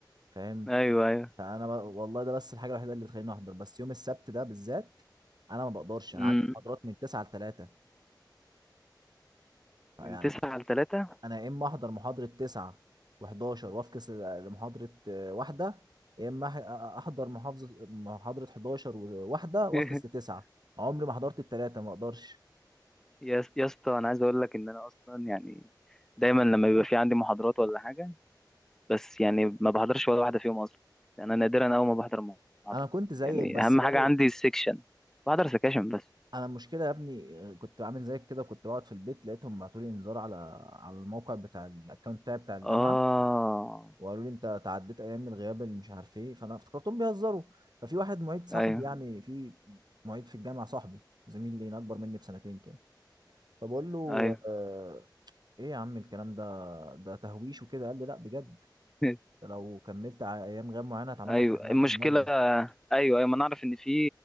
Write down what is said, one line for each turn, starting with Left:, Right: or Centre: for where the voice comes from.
Right: فاهم
Centre: ايوه ايوه
Right: فانا ب... والله ده بس الحاجه الوحيده اللي بتخليني احضر بس يوم السبت ده بالذات انا ما بقدرش انا
Centre: امم
Right: عندي محاضرات من 9 ل 3 فيعني
Centre: من تسعة لتلاتة
Right: انا يا اما احضر محاضره 9 و11 وافكس ل- لمحاضره آه، واحده يا اما أح- احضر محافظه محاضره 11 وواحده وافكس
Centre: <laughs>
Right: لتسعه عمري ما حضرت الثلاثه ما اقدرش
Centre: يا يا اسطى انا عايز اقول لك ان انا اصلا يعني دايما لما بيبقى في عندي محاضرات ولا حاجه بس يعني ما بحضرش ولا واحده فيهم اصلا يعني انا نادرا اول ما بحضر محاضره
Right: انا كنت زيك
Centre: يعني
Right: بس
Centre: اهم
Right: جالي
Centre: حاجه عندي السكشن بحضر سكاشن بس
Right: انا المشكله يا ابني آه، كنت عامل زيك كده كنت بقعد في البيت لقيتهم بعتوا لي انذار على على الموقع بتاع الاكونت بتاعي بتاع الجامعه
Centre: اه
Right: وقالوا لي انت تعديت ايام الغياب اللي مش عارف ايه فانا افتكرتهم بيهزروا ففي واحد معيد صاحبي
Centre: ايوه
Right: يعني في معيد في الجامعه صاحبي زميل لي اكبر مني بسنتين كده فبقول له
Centre: ايوه
Right: آه ايه يا عم الكلام ده ده تهويش وكده قال لي لا بجد
Centre: <laughs>
Right: ده لو كملت ع- ايام غياب معينه هتعمل
Centre: ايوه
Right: لك حرمان
Centre: المشكله
Right: من الماده
Centre: ايوه ايوه ما نعرف ان في